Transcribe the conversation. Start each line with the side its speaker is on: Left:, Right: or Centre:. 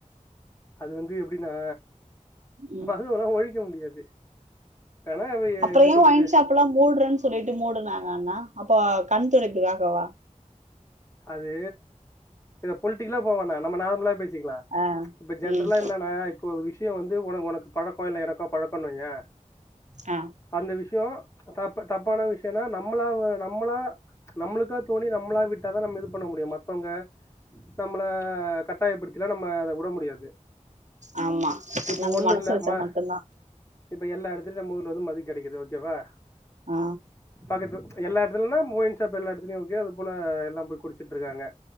Left: அது வந்து எப்டினா?
Right: ம்
Left: மது வல்லா ஒழிக்க முடியாது. ஆனா அது
Right: அப்புற
Left: எப்டி
Right: ஏ
Left: சொல்றது
Right: ஒய்ன்ஷாப் எல்லா மூட்ரன் சொல்லிட்டு மூடுனாங்க அண்ணா அப்ப கண்துடைப்புக்காகவா?
Left: அது இத பொல்ட்டிக்கலா போவேன்னா நம்ம நார்மலாவே பேசிக்கலா?
Right: ஆ
Left: இப்ப ஜென்ரலா
Right: ம்
Left: என்னனா இப்ப விஷ்யோ வந்து உன உனக்கு பழக்கோ இல்ல எனக்கோ பழக்கோன் வெய்யே
Right: அ.
Left: அந்த விஷ்யோ தப்ப தப்பான விஷ்யன்னா நம்மளால நம்மளா நம்முளுக்கா தோணி நம்மளா விட் ட்டாதா நம்ம இது பண்ண முடியு மத்தவங்க நம்மள கட்டாயப்படுத்திலா நம்ம அத உட முடியாது.
Right: ஆமா
Left: இப்ப
Right: நம்ம
Left: ஒண்ணு
Right: மனசு
Left: இல்ல
Right: வெச்சா
Left: ம
Right: மட்டுந்தா.
Left: இப்ப எல்லா எடத்துலி நம்ம ஊர்ல வந்து மது கெடைக்குது ஓகேவா.
Right: ஆ
Left: அது இப்ப எல்லா எடத்துல்ன்னா ஒயின் ஷாப் எல்லா எடத்துலியு ஓகே அது போல எல்லாம் போய் குடிச்சிட்ருக்காங்க.